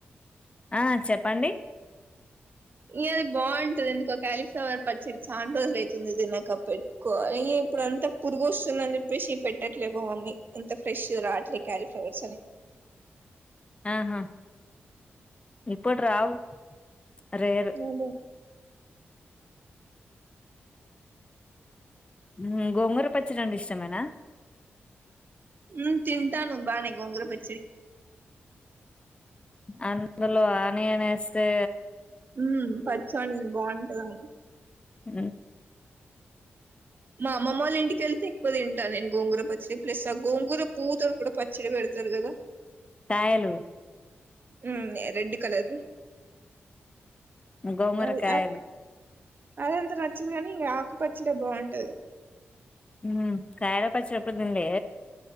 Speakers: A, on the left (about 25°); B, on the right (about 50°).
A: ఆ చెప్పండి
B: ఇగ అది బాగుంటది ఎందుకో క్యాలీఫ్లవర్ పచ్చడి చాన్ రోజులు అయితుంది తినగ పెట్టుకోవాలి ఈ ఇప్పుడు అంతా పురుగు వస్తుందని చెప్పేసి పెట్టట్లే మా మమ్మీ అంత ఫ్రెష్ రావట్లేదు క్యాలీఫ్లవర్స్ అని
A: ఆహా ఇప్పుడు రావ్ రేర్
B: ఉమ్
A: ఉ గోంగూర పచ్చడి ఇష్టమేనా
B: ఉ తింటాను బానే గోంగూర పచ్చడి
A: అందులో ఆనియన్ ఎస్తే
B: ఉ పచ్చోని బాన్ ఏదాం
A: అ
B: మా అమ్మమ్మ వొళ్ళ ఇంటి కెల్లతే ఎక్కువ తింటాను నేను గోంగూర పచ్చడి ప్లస్ ఆ గోంగూర పూవుతోని కూడా పచ్చడి వెడుతారు గదా
A: దాయలు
B: ఉ రెడ్ కలర్ వీ
A: ఉ గోమరకాయలు
B: అది అదంత నచ్చింది గానీ ఇగ ఆకుపచ్చడే బాగుంటది
A: ఉ కాయార పచ్చడి ఎప్పుడు దీన్ లే